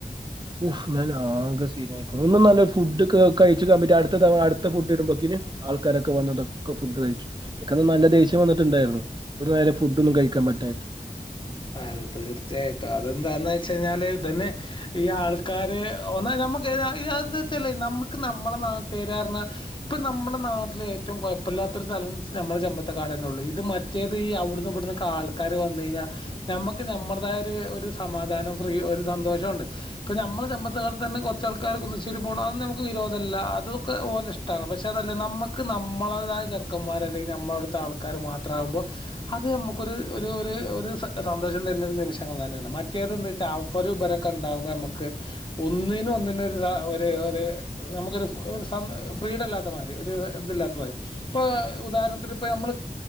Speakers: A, on the right; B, on the left.
A: ഒഹ് മേലാകെ സീനാ പായിക്ണ് ഒന്നും നല്ല ഫുഡ് കഴിച്ചുക്കാൻ പറ്റ അടുത്ത തവ അടുത്ത ഫുഡ് ഇടുമ്പോക്കിന് ആൾക്കാരൊക്കെ വന്ന് ട്ടൊക്കെ ഫുഡ് കഴിച്ചു എനിക്കന്ന നല്ല ദേഷ്യം വന്നിട്ടുണ്ടായിരുന്നു ഒരു നേം ഫുഡ് ഒന്നും കഴിക്കാൻ പറ്റാായിട്ട്
B: അതെ തീർച്ചയായിട്ടും അതെന്താന്ന് വെച്ച കഴിഞ്ഞാല് ഇതന്നെ ഈ ആൾക്കാര് <unintelligible> നമ്മുക്ക് നമ്മളെ നാട്ടാര് ർ ഞ്ഞ ഇപ്പം നമ്മുടെ നാട്ടിൽ ഏറ്റവും കുഴപ്പമില്ലാത്തൊരു സ്ഥലം നമ്മുടെ ചെമ്പത്തക്കാടന്നെ ഉള്ളൂ ഇത് മ റ്റേത് ഈ അവ്ട്ന്ന് ഇവിടുന്നന്ന് ആൾക്കാര് വന്ന് കഴിഞ്ഞാൽ നഞമ്മക്ക് നമ്മളതായ ഒരു സമാധാനം ഫ്രീ ഒരു സന്തോഷംണ്ട് ഇപ്പൊ നമ്മള് ചമ്പക്കാട്ത്ത് തന്നെ കുറച്ച ആൾക്കാര് കുന്നശ്ശേരി പോകണം അതൊന്നും നമ്മക്ക് വിരോധല്ല അതൊക്കെ ഓലിഷ് ഓലെഇഷ് ട്ടാണ് പക്ഷെ അതല്ല നമ്മുക്ക് നമ്മളടേതായ ചെറ്ക്കന്മാർ അല്ലെങ്കിൽ നമ്മള അടുത്തെ ആൾക്കാര് മാത്രാവുമ്പോ അത് നമ്മുക്കൊരു ഒരു ഒരു ഒര് സ സന്തോഷം തരുന്നൊരു നിമിഷങ്ങൾ തന്നെയാണ് മറ്റേത് എന്താ വച്ചാൽ ആൾക്കാര് വരെ കണ്ടാൽ നമുക്ക് ഒന്നിനും ഒന്നിന് ഒര് ഒര് ഒര് നമുക്കൊരു ഫ് സ ഫ്രിഡം ഇല്ലാത്തമാതിരി ഒരു ഇതില്ലാത്തമാരി ഇപ്പൊ ഉദാഹണത്തിന് ഇപ്പ നമ്മള്